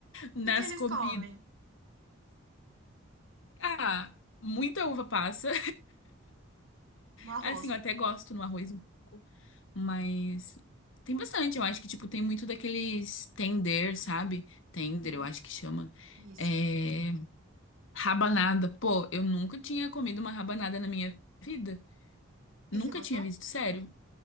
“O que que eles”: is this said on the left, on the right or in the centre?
Right